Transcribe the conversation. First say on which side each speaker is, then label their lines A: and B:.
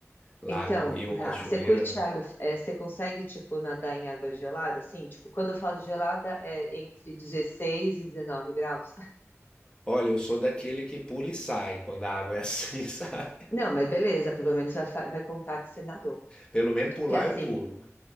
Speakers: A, on the left; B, on the left.
A: lago,
B: Então,
A: rio
B: dá.
A: ou cachoeira,
B: Você curte
A: né?
B: água, é, você consegue, tipo, nadar em água gelada? Assim, tipo, quando eu falo gelada, é entre 16 e 19 graus.
A: Olha, eu sou daquele que pula e sai quando a água é assim, <laughs> sabe?
B: Não, mas beleza, pelo menos vai, fa- vai contar que você nadou.
A: Pelo menos pular
B: Que é assim,
A: eu pulo.